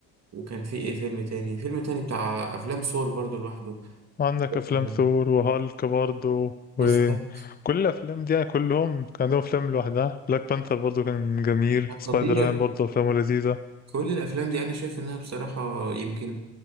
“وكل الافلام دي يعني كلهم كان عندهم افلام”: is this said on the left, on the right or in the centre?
Left